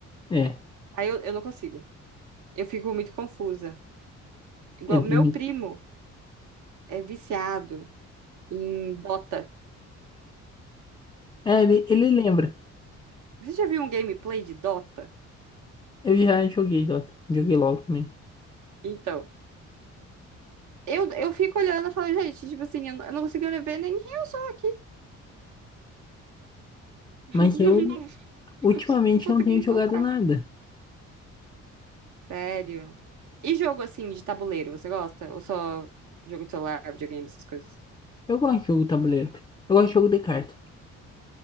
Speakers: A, on the left (about 15°); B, on the right (about 75°).
A: É,
B: Aí eu, eu não consigo. Eu fico muito confusa. Igual,
A: ele
B: meu
A: tem.
B: primo é viciado em Dota.
A: É, ele, ele lembra.
B: Você já viu um gameplay de Dota?
A: Eu já joguei Dota, joguei LoL também.
B: Então, eu, eu fico olhando e falo, gente, tipo assim, eu, não eu não consigo nem ver nem quem eu sou aqui. <laughs> Não,
A: Mas eu ultimamente
B: não consigo
A: não tenho
B: me encontrar.
A: jogado nada.
B: Sério? E jogo assim de tabuleiro, você gosta? Ou só jogo de celular, videogame, essas coisas?
A: Eu gosto de jogo tabuleiro. Eu gosto de jogo de carta.